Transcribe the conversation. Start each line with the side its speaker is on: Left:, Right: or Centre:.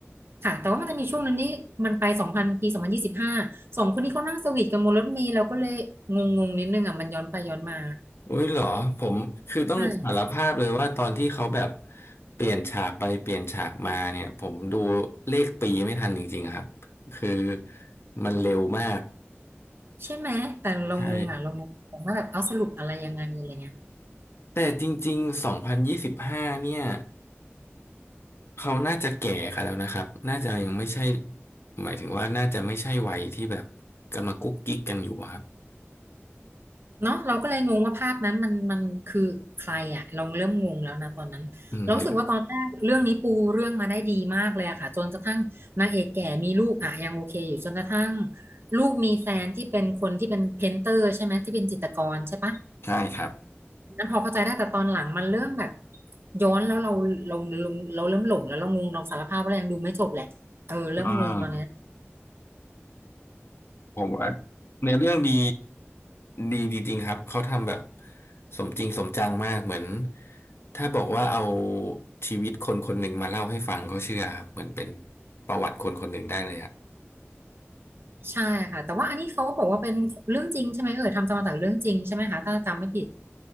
Right: ค่ะแต่ว่ามันจะมีช่วงหนึ่งที่มันไปสองพันปีสองพันยี่สิบห้าสองคนนี้เขานั่งสวีทกันบนรถเมล์เราก็เลยงงงนิดนึงอ่ะมันย้อนไปย้อนมา
Left: อุ้ยเหรอผมคือต้องสารภาพเลยว่าตอนที่เขาแบบ
Right: ใช่
Left: เปลี่ยนฉากไปเปลี่ยนฉากมาเนี่ยผมดูเลขปีไม่ทันจริงๆครับคือมันเร็วมาก
Right: ใช่ไหมแต่เรางงอ่ะเรางงว่าแบบเอาสรุปอะไรยังไงอะไรเงี้ย
Left: ใช่แต่จริงๆสองพันยี่สิบห้าเนี่ยเขาน่าจะแก่กันแล้วนะครับน่าจะยังไม่ใช่หมายถึงว่าน่าจะไม่ใช่วัยที่แบบกำลังกุ๊กกิ๊กกันอยู่อะครับ
Right: เนาะเราก็เลยงงว่าภาพนั้นมันมันคือใครอะเราเริ่มงงแล้วนะตอนนั้นเรารู้สึกว่าตอนแรกเรื่องนี้ปูเรื่องมาได้ดีมากเลยอะค่ะจนกระทั่งนางเอกแก่มีลูกอะยังโอเคอยู่จนกระทั่ง
Left: อืมหรือ
Right: ลูกมีแฟนที่เป็นคนที่เป็นเพนเตอร์ใช่ไหมที่เป็นจิตรกรใช่ปะ
Left: ใช่ครับ
Right: นั้นพอเข้าใจได้แต่ตอนหลังมันเริ่มแบบย้อนแล้วเราเราเราเราเริ่มหลงแล้วเรางงเราสารภาพว่าเรายังดูไม่จบแหละเออเริ่มงงตอนเนี้ย
Left: อ่า ผมว่าเนื้อเรื่องดีดีจริงๆครับเขาทำแบบสมจริงสมจังมากเหมือนถ้าบอกว่าเอาชีวิตคนคนหนึ่งมาเล่าให้ฟังเขาเชื่อครับเหมือนเป็นประวัติคนคนหนึ่งได้เลยอะ
Right: ใช่ค่ะแต่ว่าอันนี้เขาก็บอกว่าเป็นเรื่องจริงใช่ไหมเออทำตามมาจากเรื่องจริงใช่ไหมคะถ้าจำไม่ผิด